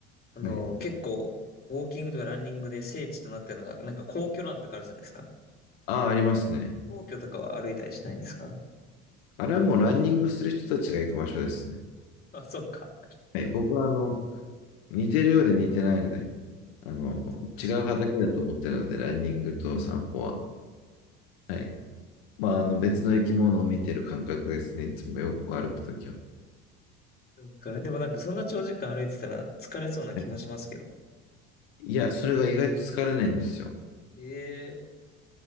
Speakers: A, on the left; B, on the left.
A: あの、
B: はい。
A: 結構、ウォーキングとかランニングで聖地となってるのが、なんか皇居ランとかあるじゃないですか。
B: あ、ありますね。
A: 皇居とかは歩いたりしないんですか
B: あれはもうランニングする人たちが行く場所ですね。
A: あ、そっか。
B: はい、僕は、あの、似てるようで似てないので、あの、
A: そっかそっか。
B: 違う畑だと思ってるので、ランニングと散歩は。はい。まあ、あの別の生き物を見てる感覚ですね。いつもよく歩くときは。
A: そうか。でもなんかそんな長時間歩いてたら疲れそうな気もしますけど。
B: はいいや、それが意外と疲れないんですよ。
A: ええ